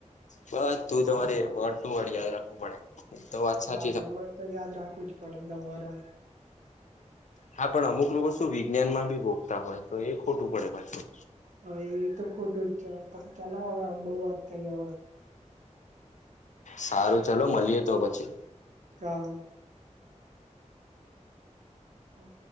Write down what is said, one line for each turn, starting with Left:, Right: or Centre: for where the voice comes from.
Left: બસ તું તમારે વડ ટુ વર્ડ યાદ રાખવું પડે તો વાત સાચ.
Right: હા એમાં તો યાદ રાખવું જ પડે તમારે.
Left: હા પણ અમુક લોકો શું વિજ્ઞાન માં ભી ભોગતા હોય તો એ ખોટું પડે પાછું.
Right: હા એ તો ખોટું જ છે પણ ચાલ હવે બઉુ વાત થઈ હવે.
Left: સારું ચલો મળીએ તો પછી.
Right: હા. ઓ.